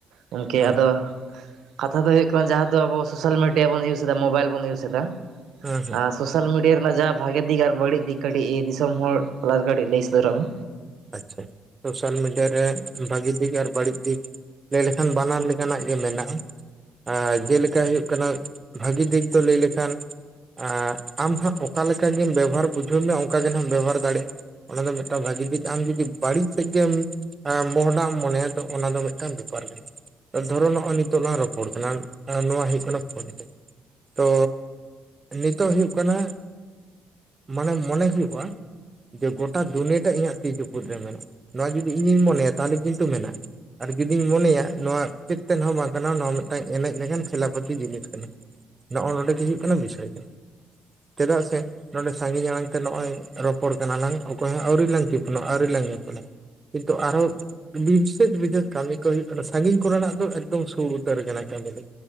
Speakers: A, on the right (about 80°); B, on the right (about 30°).
A: ᱜᱚᱢᱠᱮ
B: ᱦᱩᱸ
A: ᱟᱫᱚ ᱠᱟᱛᱷᱟ ᱫᱚ ᱦᱩᱭᱩᱜ ᱠᱟᱱᱟ ᱡᱟᱦᱟᱸ ᱫᱚ ᱟᱵᱚ ᱥᱳᱥᱟᱞ ᱢᱤᱰᱤᱭᱟ ᱵᱚᱱ ᱤᱭᱩᱥ ᱮᱫᱟ ᱢᱳᱵᱟᱭᱤᱞ ᱵᱚᱱ ᱤᱭᱩᱡ ᱮᱫᱟ᱾
B: ᱦᱩᱸ ᱦᱩᱸ
A: ᱟᱸ ᱥᱳᱥᱟᱞ ᱢᱤᱰᱤᱭᱟ ᱨᱮᱱᱟᱜ ᱡᱟᱦᱟᱸ ᱵᱷᱟᱜᱮ ᱫᱤᱠ ᱟᱨ ᱵᱟᱹᱲᱤᱡ ᱫᱤᱠ ᱠᱟᱹᱴᱤᱡ ᱫᱤᱥᱚᱢ ᱦᱚᱲ ᱛᱟᱞᱟᱨᱮ ᱠᱟᱹᱴᱤᱡ ᱞᱟᱹᱭ ᱥᱚᱫᱚᱨ ᱟᱜ ᱢᱮ᱾
B: ᱟᱪᱪᱷᱟ, ᱥᱳᱥᱟᱞ ᱢᱤᱰᱤᱭᱟ ᱨᱮ ᱵᱷᱟᱹᱜᱤ ᱫᱤᱠ ᱟᱨ ᱵᱟᱹᱲᱤᱡ ᱫᱤᱠ᱾ ᱞᱟᱹᱭ ᱞᱮᱠᱷᱟᱱ ᱵᱟᱱᱟᱨ ᱞᱮᱠᱟᱱᱟᱜ ᱜᱮ ᱢᱮᱱᱟᱜᱼᱟ᱾ ᱟᱨ ᱡᱮᱞᱮᱠᱟ ᱦᱩᱭᱩᱜ ᱠᱟᱱᱟ ᱵᱷᱟᱹᱜᱤ ᱫᱤᱠ ᱫᱚ ᱞᱟᱹᱭ ᱞᱮᱠᱷᱟᱱ ᱟᱸᱻ ᱟᱢ ᱦᱟᱸᱜ ᱚᱠᱟ ᱞᱮᱠᱟ ᱜᱮᱢ ᱵᱮᱵᱚᱦᱟᱨ ᱵᱩᱡᱷᱟᱹᱣ ᱢᱮ ᱚᱝᱠᱟ ᱜᱮ ᱱᱟᱦᱟᱜ ᱮᱢ ᱵᱮᱵᱚᱦᱟᱨ ᱫᱟᱲᱮᱭᱟᱜᱼᱟ, ᱚᱱᱟ ᱫᱚ ᱢᱤᱫᱴᱟᱝ ᱵᱷᱟᱹᱜᱤ ᱫᱤᱠ᱾ ᱟᱢ ᱡᱩᱫᱤ ᱵᱟᱹᱲᱤᱡ ᱥᱮᱫ ᱜᱮᱢ, ᱢᱚᱦᱚᱰᱟᱜ ᱮᱢ ᱢᱚᱱᱮᱭᱟ ᱛᱚ ᱚᱱᱟ ᱫᱚ ᱢᱤᱫᱴᱟᱝ ᱵᱮᱯᱟᱨ <inaudible> ᱫᱷᱚᱨᱚ ᱱᱚᱜᱼᱚᱭ ᱱᱤᱛᱚᱜ ᱞᱟᱝ ᱨᱚᱯᱚᱲ ᱠᱟᱱᱟ, ᱱᱚᱣᱟ ᱦᱩᱭᱩᱜ ᱠᱟᱱᱟ ᱯᱷᱳᱱ ᱛᱮ, ᱛᱚ, ᱱᱤᱛᱳᱜ ᱦᱩᱭᱩᱜ ᱠᱟᱱᱟ ᱢᱟᱱᱮ ᱢᱚᱱᱮ ᱦᱩᱭᱩᱜᱼᱟ ᱡᱮ ᱜᱚᱴᱟ ᱫᱩᱱᱤᱭᱟᱹ ᱴᱟᱜ ᱤᱧᱟᱜ ᱛᱤ ᱪᱩᱯᱩᱫ ᱨᱮ ᱢᱮᱱᱟᱜᱼᱟ, ᱱᱚᱣᱟ ᱡᱩᱫᱤ ᱤᱧᱤᱧ ᱢᱚᱱᱮᱭᱟ ᱛᱟᱦᱚᱞᱮ ᱠᱤᱱᱛᱩ ᱢᱮᱱᱟᱜ-ᱟ, ᱟᱨ ᱡᱩᱫᱤᱧ ᱢᱚᱱᱮᱭᱟ ᱱᱚᱣᱟ ᱪᱮᱫ ᱛᱮᱫ ᱦᱚᱸ ᱵᱟᱝ ᱠᱟᱱᱟ ᱱᱚᱣᱟ ᱢᱤᱫᱴᱟᱝ ᱮᱱᱮᱡ ᱞᱮᱠᱟᱱ ᱠᱷᱮᱞᱟᱯᱟᱛᱤ ᱡᱤᱱᱤᱥ ᱠᱟᱱᱟ᱾ ᱱᱚᱜᱼᱚ ᱱᱚᱰᱮ ᱜᱮ ᱦᱩᱭᱩᱜ ᱠᱟᱱᱟ ᱵᱤᱥᱚᱭ ᱫᱚ᱾ ᱪᱮᱫᱟᱜ ᱥᱮ, ᱱᱚᱸᱰᱮ ᱥᱟᱺᱜᱤᱧ ᱟᱲᱟᱝ ᱛᱮ ᱱᱚᱜ-ᱚᱭ ᱨᱚᱯᱚᱲ ᱠᱟᱱᱟ ᱞᱟᱝ ᱚᱠᱚᱭ ᱦᱚᱸ ᱟᱹᱣᱨᱤ ᱞᱟᱝ ᱪᱤᱯ ᱮᱠᱷᱚᱱᱳ ᱟᱹᱣᱨᱤ ᱞᱟᱝ ᱧᱮᱯᱚᱞᱟ, ᱠᱤᱱᱛᱩ ᱟᱨᱦᱚᱸ ᱵᱤᱥᱮᱥ ᱵᱤᱥᱮᱥ ᱠᱟᱹᱢᱤ ᱠᱚ ᱦᱩᱭᱩᱜ ᱠᱟᱱᱟ ᱥᱟᱺᱜᱤᱧ ᱠᱚ ᱨᱮᱱᱟᱜ ᱫᱚ ᱮᱠᱫᱚᱢ ᱥᱩᱨ ᱩᱛᱟᱹᱨ ᱟᱠᱟᱱᱟ ᱠᱟᱹᱢᱤ ᱫᱚ᱾